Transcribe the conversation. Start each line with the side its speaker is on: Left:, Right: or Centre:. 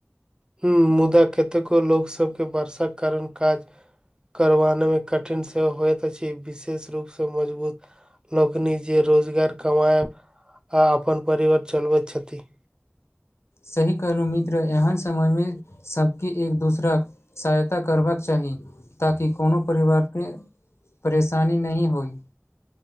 Right: ह मुदा कतेको लोकसभके वर्षाक कारण काज करबानेमे कठिन सेहो होइत अछि विशेष रूपसँ मजबूत लोकनी जे रोजगार कमाय आ आपन परिवार चलबैत छथिन
Left: सही कहलहु मित्र एहन समयमे सबके एक दोसराके सहायता करबाक चाही ताकि कोनो परिवारसे परेशानी नहि होइ।